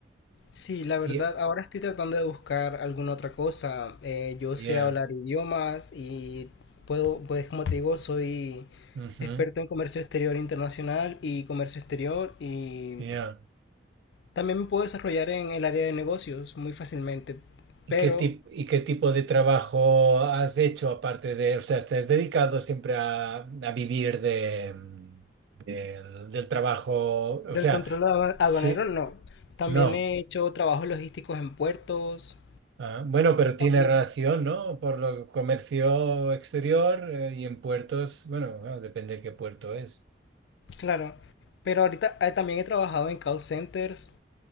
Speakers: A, on the left; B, on the right.
A: sí, la verdad,
B: y-
A: ahora estoy tratando de buscar alguna otra cosa. Eh, yo
B: Yeah.
A: sé hablar idiomas y puedo, pues como te digo, soy
B: Ujú,
A: experto en comercio exterior internacional y comercio exterior y
B: ya.
A: también me puedo desarrollar en el área de negocios muy fácilmente,
B: ¿Y
A: pero
B: qué tip- y qué tipo de trabajo has hecho aparte de, o sea, te has dedicado siempre a, a vivir de, del del trabajo? O
A: del
B: sea,
A: control adua- aduanero
B: sí,
A: no. También
B: no.
A: he hecho trabajos logísticos en puertos.
B: Ah, bueno, pero tiene
A: También,
B: relación, ¿no? Por lo que comercio exterior eh, y en puertos, bueno, bueno, depende de qué puerto es.
A: claro. Pero ahorita eh, también he trabajado en call centers